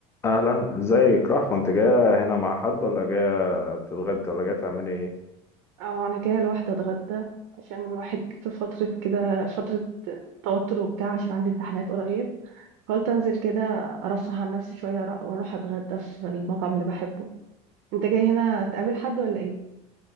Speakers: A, on the left (about 15°); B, on the right (about 85°).
A: اهلا ازيك رحمة انت جاية هنا مع حد ولا جاية تتغدى ولا جاية تعملي ايه
B: اه انا جايه لوحدي اتغدى عشان الواحد في فتره كده فتره توتر وبتاع عشان عندي امتحانات قريب قلت انزل كده ارفه عن نفسي شويه وأرا- واروح اتغدى في المطعم اللي بحبه انت جاي هنا تقابل حد ولا ايه